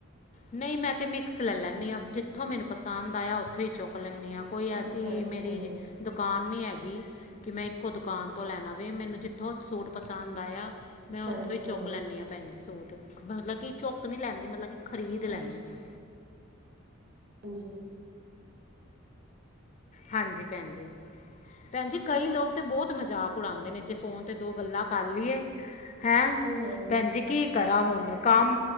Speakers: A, on the left; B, on the right.
A: ਨਹੀਂ ਮੈਂ ਤੇ ਮਿਕਸ ਲੈ ਲੈਂਦੀ ਹਾਂ ਜਿੱਥੋਂ ਮੈਨੂੰ ਪਸੰਦ ਆਇਆ ਉੱਥੋਂ ਹੀ ਚੁੱਕ ਲੈਂਦੀ। ਕੋਈ
B: ਅੱਛਾ
A: ਐਸੀ
B: ਅੱਛਾ
A: ਮੇਰੀ ਦੁ ਦੁਕਾਨ ਨਹੀਂ ਹੈਗੀ ਕਿ ਮੈਂ ਇੱਕੋ ਦੁਕਾਨ ਤੋਂ ਲੈਣਾ ਵੇ ਮੈਨੂੰ ਜਿੱਥੋਂ ਸੂਟ ਪਸੰਦ ਆਇਆ। ਮੈਂ
B: ਅੱਛਾ-ਅੱਛਾ,
A: ਉੱਥੋਂ ਹੀ ਚੁੱਕ ਲੈਂਦੀ ਹਾਂ ਭੈਣ ਜੀ ਸੂਟ ਮਤਲਬ ਕਿ ਚੁੱਕ ਨਹੀਂ ਲੈਂਦੀ ਮਤਲਬ ਕਿ ਖਰੀਦ ਲੈਂਦੀ
B: ਅੱਛਾ
A: ਹਾਂ।
B: ਹਾਂਜੀ।
A: ਹਾਂਜੀ ਭੈਣ ਜੀ। ਭੈਣ ਜੀ ਕਈ ਲੋਕ ਤੇ ਬਹੁਤ ਮਜ਼ਾਕ ਉਡਾਉਂਦੇ ਨੇ ਜੇ ਫੋਨ ਤੇ ਦੋ ਗੱਲਾਂ ਕਰ ਲਈਏ। ਹੈਂ
B: ਹਾਂ,
A: ਭੈਣ ਜ ਕੀ ਕਰਾ ਹੁਣ ਕੰਮ